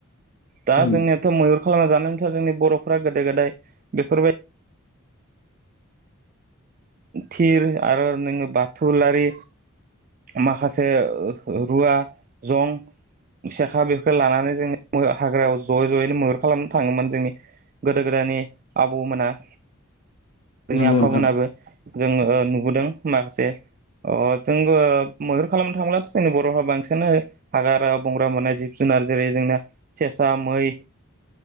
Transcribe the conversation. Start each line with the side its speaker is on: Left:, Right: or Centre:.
Right: दा
Left: उम
Right: जोंनियाथ' मैहुर खालाम जानानथ' जोंनि बर'फ्रा गोदो गोदाय बेफोरबाय थिर आरो नोङो बाथुलारि माखासे रुवा जं सेखा बेफोर लानानै जोंङो हाग्रायाव ज'यै ज'यैनो मैहुर खालामनो थाङोमोन जोंनि गोदो गोदायनि आबौमोना जोंनि
Left: नंगौ
Right: आफामोनाबो
Left: नोंथां
Right: जोङो ओ नुबोदों माखासे जोंबो मैहुर खालामनो थांब्लाथ' जोंनि बर'फ्रा बांसिनानो हाग्रा बंग्रा मोननाय जिब जुनार जेरै जोंनिया सेसा मै